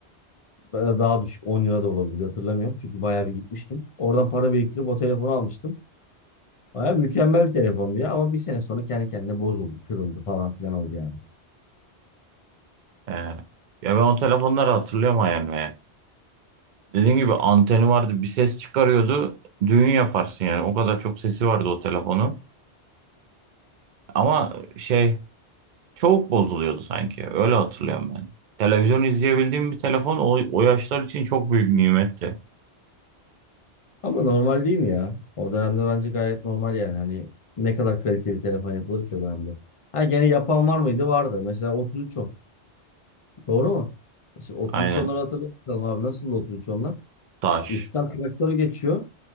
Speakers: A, on the left (about 40°); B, on the right (about 55°).
A: da- daha düşük 10 lira da olabilir hatırlamıyorum. Çünkü bayağı bir gitmiştim. Oradan para biriktirip o telefonu almıştım. Bayağı mükemmel bir telefondu ya ama bir sene sonra kendi kendine bozuldu, kırıldı falan filan oldu yani.
B: He. Ya ben o telefonları hatırlıyorum hayal meyal. Dediğim gibi anteni vardı bir ses çıkarıyordu düğün yaparsın yani o kadar çok sesi vardı o telefonun ama şey çok bozuluyordu sanki öyle hatırlıyorum ben. Televizyon izleyebildiğim bir telefon o, o yaşlar için çok büyük nimetti.
A: Ama normal değil mi ya? O dönemde bence gayet normal yani. Hani ne kadar kaliteli telefon yapılır ki o dönemde. Ha gene yapan var mıydı? Vardı. Mesela 3310. Doğru mu? Mesela otuz
B: Aynen
A: üç onları hatırlatalım abi. Nasıl otuz üç onlar
B: taş
A: Üstten traktörü geçiyor.